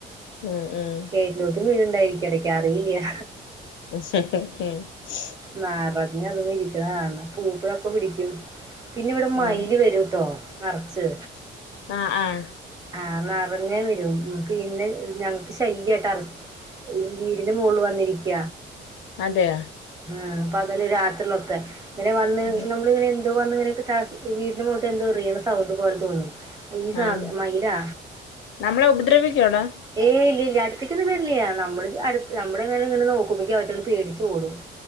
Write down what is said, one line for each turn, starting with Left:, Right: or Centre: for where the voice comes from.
Left: ഉം ഉം
Right: കേറ്റിലോട്ടും വീടുണ്ടായിരിക്കും ഇടക്ക അറിയില്ല
Left: <unintelligible> ഉം
Right: നറഞ്ഞ അത ഇരിക്കുന്ന കാണണ പൂപ്പലൊക്കെ പിടിക്കും പിന്നെ ഇവിടെ മയില്
Left: ഉം ഉം
Right: വരൂട്ടോ നറച്ച്
Left: ആഹ് ആഹ്
Right: ആഹ നിറഞ്ഞേ വരും പിന്നെ ഞങ്ങക്ക് ശല്യമായിട്ട് അറ <unintelligible> വീടിന്റെ മൊളില് വന്നിരിക്ക.
Left: അതെയ
Right: ഉം പകല് രാത്രിയൊക്കെ ഇങ്ങനെ വന്ന്
Left: ഉം
Right: നമ്മളിങ്ങനെ ഇത് വന്ന് കഴിഞ്ഞിട്ട് ടാസ് വീടിന് മുകൾക്ക് എന്തോറീണ സൗണ്ട് പോലെ തോന്നും ഈ സാധ
Left: ആഹ്
Right: മയിലാ.
Left: നമ്മളെ ഉപദ്രവിക്കോടാ
Right: ഏഹ് ഇല്ല്യ ല്ല്യ അട്ത്ത്ക്കൊന്നും വെരില്ല്യ നമ്മള് അട്ത്ത് നമ്മള് ങ്ങനെ നിന്ന് നോക്കുമ്പോത്തി അവറ്റങ്ങൾ പേടിച്ചോടും. ഉ